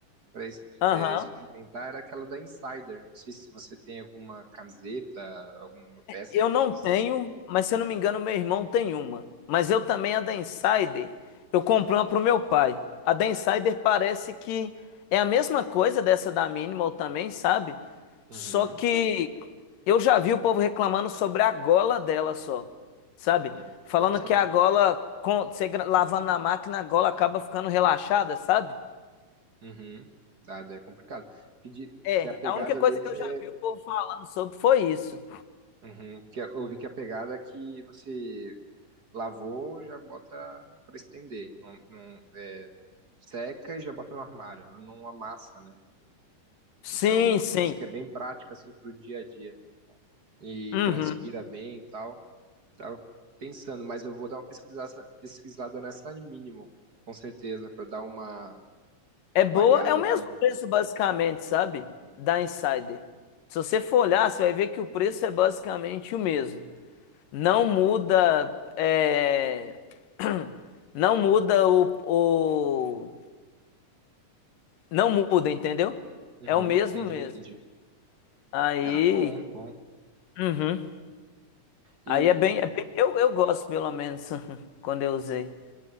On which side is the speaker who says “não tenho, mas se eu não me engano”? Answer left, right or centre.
Left